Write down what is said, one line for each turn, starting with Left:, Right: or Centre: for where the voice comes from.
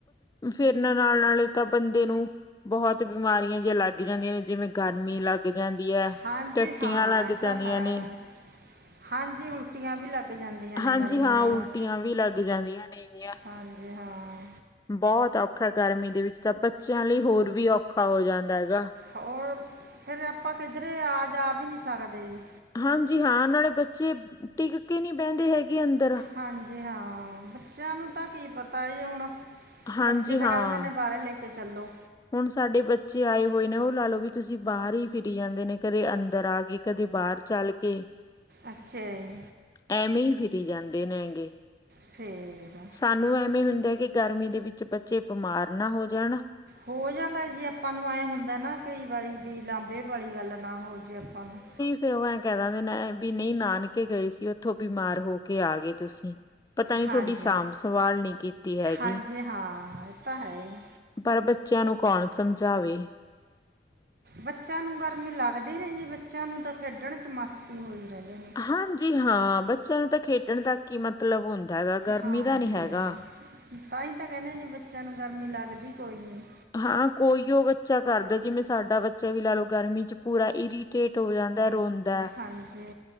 Left: ਫਿਰ ਨਾਲ-ਨਾਲ ਤਾਂ ਬੰਦੇ ਨੂੰ ਬਹੁਤ ਬਿਮਾਰੀਆਂ ਜੀਆਂ ਲੱਗ ਜਾਂਦੀਆਂ ਨੇ ਜਿਵੇਂ ਗਰਮੀ ਲੱਗ ਜਾਂਦੀ ਐ
Right: ਹਾਂਜੀ
Left: ਟੱਟੀਆਂ
Right: ਹਾਂ
Left: ਲੱਗ
Right: ਇਹ
Left: ਜਾਂਦੀਆਂ
Right: ਤਾਂ ਹੈ
Left: ਨੇ।
Right: ਹਾਂਜੀ ਉਲਟੀਆਂ ਵੀ ਲੱਗ ਜਾਂਦੀਆਂ ਨੇ
Left: ਹਾਂਜੀ
Right: ਗਰਮੀ
Left: ਹਾਂ
Right: ਨਾਲ
Left: ਉਲਟੀਆਂ ਵੀ ਲੱਗ ਜਾਂਦੀਆਂ ਨੇਗੀਆਂ
Right: ਹਾਂਜੀ। ਵੀ ਹਾਂ।
Left: ਬਹੁਤ ਔਖਾ ਗਰਮੀ ਦੇ ਵਿੱਚ ਤਾਂ ਬੱਚਿਆਂ ਲਈ ਹੋਰ ਵੀ ਔਖਾ ਹੋ ਜਾਂਦਾ ਹੈਗਾ।
Right: ਹੋਰ ਫਿਰ ਆਪਾਂ ਕਿੱਧਰੇ ਆ ਜਾ ਵੀ ਨੀ ਸਕਦੇ ਜੀ।
Left: ਹਾਂਜੀ ਹਾਂ ਨਾਲੇ ਬੱਚੇ ਟਿੱਕ ਕੇ ਨਹੀਂ ਬਹਿਦੇ ਹੈਗੇ ਅੰਦਰ
Right: ਹਾਂਜੀ ਹਾਂ ਬੱਚਿਆਂ ਨੂੰ ਤਾਂ ਕੀ ਪਤਾ ਹੁਣ
Left: ਹਾਂਜੀ
Right: ਬੱਚੇ ਤਾਂ
Left: ਹਾਂ
Right: ਕਹਿ ਦਿੰਦੇ ਨੇ ਬਾਹਰੇ ਲੈ ਕੇ ਚੱਲੋ।
Left: ਹੁਣ ਸਾਡੇ ਬੱਚੇ ਆਏ ਹੋਏ ਨੇ ਉਹ ਲਾ ਲੋ ਵੀ ਤੁਸੀਂ ਬਾਹਰ ਹੀ ਫਿਰੀ ਜਾਂਦੇ ਨੇ ਕਦੇ ਅੰਦਰ ਆ ਗੇ ਕਦੇ ਬਾਹਰ ਚੱਲਗੇ
Right: ਅੱਛਾ ਜੀ।
Left: ਐਵੇਂ ਈ ਫਿਰੀ ਜਾਂਦੇ ਨੇ ਹੈਗੇ।
Right: ਫੇਰ
Left: ਸਾਨੂੰ ਐਵੇਂ ਹੁੰਦਾ ਕਿ ਗਰਮੀ ਦੇ ਵਿੱਚ ਬੱਚੇ ਬਿਮਾਰ ਨਾ ਹੋ ਜਾਣ।
Right: ਹੋ ਜਾਂਦਾ ਜੇ ਆਪਾਂ ਨੂੰ ਐਂ ਹੁੰਦਾ ਨਾ ਕਈ ਵਾਰੀ ਵੀ ਲਾਂਬੇ ਵਾਲੀ ਗੱਲ ਨਾ ਹੋ ਜੇ ਆਪਾਂ ਨੂੰ
Left: ਫੇਰ ਓ ਐਂ ਕਹਿ ਦਿੰਦੇ ਵੀ ਨਈ ਨਾਨਕੇ ਗਏ ਸੀ ਉੱਥੋਂ ਬਿਮਾਰ ਹੋ ਕੇ ਆ ਗਏ ਤੁਸੀਂ ਪਤਾ ਨੀ
Right: ਹਾਂਜੀ
Left: ਥੋਡੀ ਸਾਂਭ ਸੰਵਾਲ ਨਹੀਂ ਕੀਤੀ ਹੈਗੀ।
Right: ਹਾਂਜੀ ਹਾਂ ਇਹ ਤਾਂ ਹੈ ਹੀ
Left: ਪਰ ਬੱਚਿਆਂ ਨੂੰ ਕੌਣ ਸਮਝਾਵੇ।
Right: ਬੱਚਿਆਂ ਨੂੰ ਗਰਮੀ ਲੱਗਦੀ ਨੀ ਜੀ ਬੱਚਿਆਂ ਨੂੰ ਤਾਂ ਖੇਡਣ ਚ ਮਸਤੀ ਹੋਈ ਰਹਿੰਦੇ ਨੇ।
Left: ਹਾਂਜੀ ਹਾਂ ਬੱਚਿਆਂ ਨੂੰ ਤਾਂ ਖੇਡਣ ਤੱਕ ਹੀ ਮਤਲਬ ਹੁੰਦਾ ਹੈਗਾ ਗਰਮੀ
Right: ਹਾਂਜੀ
Left: ਦਾ ਨੀ ਹੈਗਾ।
Right: ਤਾਂ ਈ ਤਾਂ ਕਹਿੰਦੇ ਜੀ ਬੱਚਿਆਂ ਨੂੰ ਗਰਮੀ ਲੱਗਦੀ ਕੋਈ ਨਹੀਂ।
Left: ਹਾਂ ਕੋਈ ਓ ਬੱਚਾ ਕਰਦਾ ਜਿਵੇਂ ਸਾਡਾ ਬੱਚਾ ਵੀ ਲਾ ਲਓ ਗਰਮੀ ਚ ਪੂਰਾ ਇਰੀ ਕੇਟ ਹੋ ਜਾਂਦਾ ਰੋਂਦਾ।
Right: ਹਾਂਜੀ